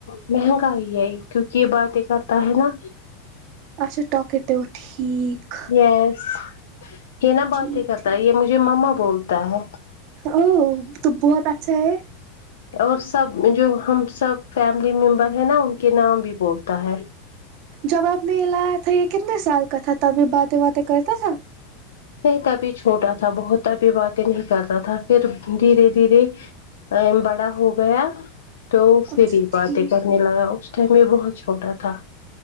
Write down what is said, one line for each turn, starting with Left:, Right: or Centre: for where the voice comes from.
Left: مہنگا ہی ہے کیونکہ یہ باتیں کرتا ہے نا
Right: اچھا ٹاک کرتا وہ ٹھیک
Left: یس یہ نا بات
Right: ٹھیک
Left: ہی کرتا
Right: ٹھیک
Left: ہے یہ مجھے مما بولتا ہے
Right: وہہ یہتو بہت اچھا ہے
Left: اور سب جو ہم سب فیملی ممبر ہیں نا ان کے نام بھی بولتا ہے
Right: جب آپ نے یہ لایا تھا یہ کتنے سال کا تھا تب یہ باتیں واتے کرتا تھا
Left: نہیں تبھی چھوٹا تھا بہت تبھی باتیں نہیں کرتا تھا پھر دھیرے دھیرے ہمم بڑا ہو گیا تو
Right: اچھا
Left: پھر ہی باتیں
Right: ٹھیک
Left: کرنے لگا اس ٹائم میں بہت چھوٹا تھا